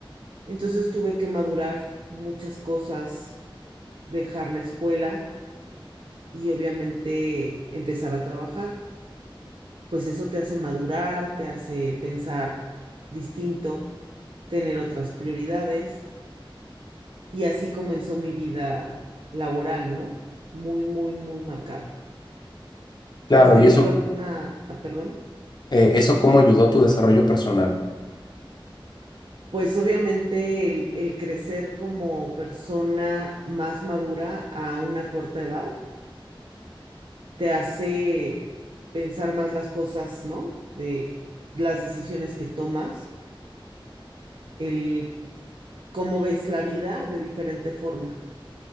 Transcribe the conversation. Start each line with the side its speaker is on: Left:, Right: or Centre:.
Right: Entonces tuve que madurar muchas cosas, dejar la escuela y obviamente empezar a trabajar. Pues eso te hace madurar, te hace pensar distinto, tener otras prioridades. Y así comenzó mi vida laboral, ¿no? Muy, muy, muy marcado. ¿Tú
Left: Claro,
Right: has tenido
Left: y eso,
Right: alguna, ah, perdón?
Left: eh, eso cómo ayudó a tu desarrollo personal.
Right: Pues obviamente el, el crecer como persona más madura a una corta edad te hace pensar más las cosas, ¿no? De las decisiones que tomas, el cómo ves la vida de diferente forma.